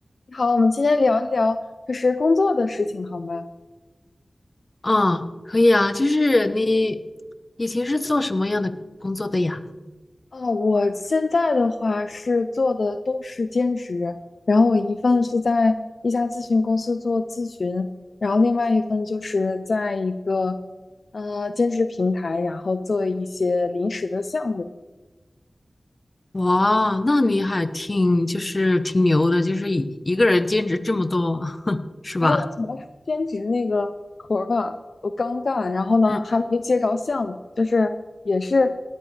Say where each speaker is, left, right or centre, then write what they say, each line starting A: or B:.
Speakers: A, on the left (about 70°); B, on the left (about 40°).
A: 你好，我们今天聊一聊就是工作的事情，好吗？
B: 啊，可以啊，就是你以前是做什么样的工作的呀？
A: 哦，我现在的话是做的都是兼职，然后我一份是在一家咨询公司做咨询，然后另外一份就是在一个呃兼职平台，然后做一些临时的项目。
B: 哇，那你还挺就是挺牛的，就是一一个人兼职这么多，是吧？
A: 没有什么兼职那个活儿吧，我刚干，然后呢还没接着项目，
B: 嗯，
A: 就是也是